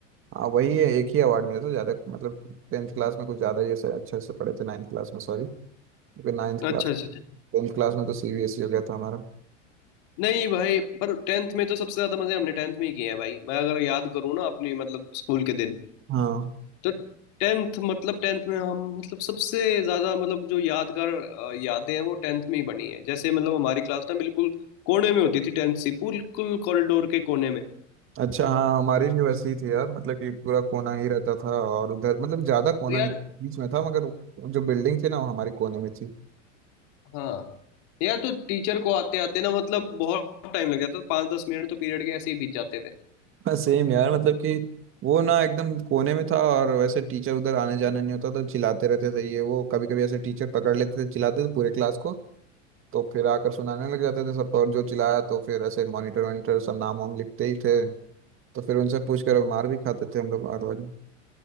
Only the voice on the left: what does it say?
अच्छा
अच्छा अच्छा
नहीं भाई पर टेंथ में तो सबसे ज्यादा मजे हमने टेंथ में ही किए हैं भाई मैं अगर याद करूँ ना अपनी मतलब स्कूल के दिन
तो टेंथ मतलब टेंथ में हम मतलब सबसे ज्यादा मतलब जो यादगार अ, यादें हैं वो टेंथ में ही बनी है जैसे मतलब हमारी क्लास ना बिल्कुल कोने में होती थी टेंथ से बिल्कुल कॉरिडोर के कोने में
तो यार
हाँ यार तो टीचर को आते आते ना मतलब बहुत टाइम लग जाता था पाँच दस मिनट तो पीरियड के ऐसे ही बीत जाते थे